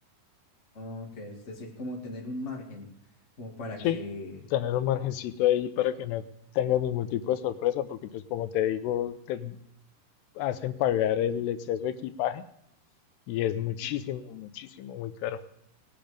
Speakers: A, on the left (about 25°); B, on the left (about 85°).
A: Oh, Ok, es decir, como tener un margen, como para
B: Sí,
A: que,
B: tener un margencito ahí para que no tengas ningún tipo de sorpresa, porque pues como te digo, te hacen pagar el exceso de equipaje y es muchísimo,
A: Mm.
B: muchísimo, muy caro.